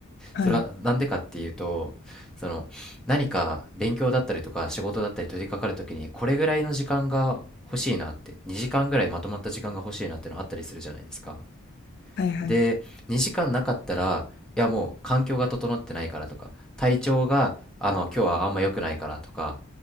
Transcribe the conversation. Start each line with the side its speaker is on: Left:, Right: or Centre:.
Left: はい。
Centre: それはなんでかっていうと、その、何か勉強だったりとか仕事だったり取り掛かるときに、これぐらいの時間が欲しいなって、2時間ぐらいまとまった時間が欲しいなってのあったりするじゃないですか。
Left: はいはい。
Centre: で2時間なかったらいやもう環境が整ってないからとか体調があの今日はあんま良くないからとか